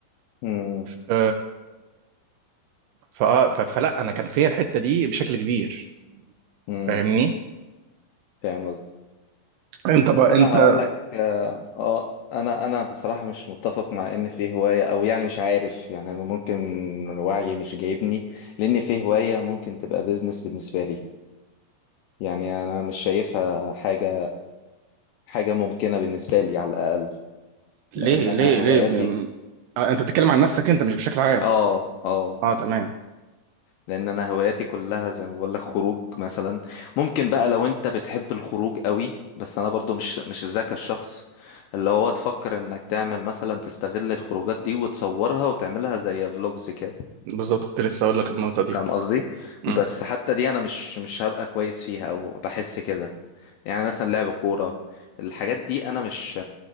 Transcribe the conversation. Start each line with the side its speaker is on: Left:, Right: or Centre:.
Left: مم.
Right: ف... ف... آه، ف... فلا أنا كان فيا الحتة دي بشكل كبير
Left: مم.
Right: فاهمني
Left: فاهم قصدي
Right: أنت بقى
Left: بس انا
Right: أنت
Left: هقول لك اه آه، انا انا بصراحة مش متفق مع ان في هواية او يعني مش عارف يعني أنا ممكن وعيي مش جايبني لان في هواية ممكن تبقى بيزنس بالنسبة لي يعني انا مش شايفها حاجة حاجة ممكنة بالنسبة لي على الاقل لان
Right: ليه
Left: انا
Right: ليه
Left: هواياتي
Right: ليه م- آه، أنت بتتكلم عن نفسك أنت مش بشكل عام
Left: اه اه
Right: أه تمام
Left: لان انا هواياتي كلها زي ما بقول لك خروج مثلا ممكن بقى لو انت بتحب الخروج قوي بس انا برضو مش مش ذاك الشخص اللي هو تفكر انك تعمل مثلا تستغل الخروجات دي وتصورها وتعملها زي فلوجز كده
Right: بالظبط كنت لسه أقول لك النقطة دي
Left: فاهم قصدي
Right: مم.
Left: بس حتى دي انا مش مش هبقى كويس فيها او بحس كده يعني مثلا لعب كورة الحاجات دي انا مش